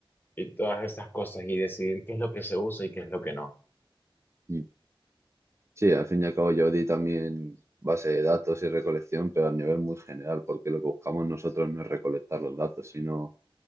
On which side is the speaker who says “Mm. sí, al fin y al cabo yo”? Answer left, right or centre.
Right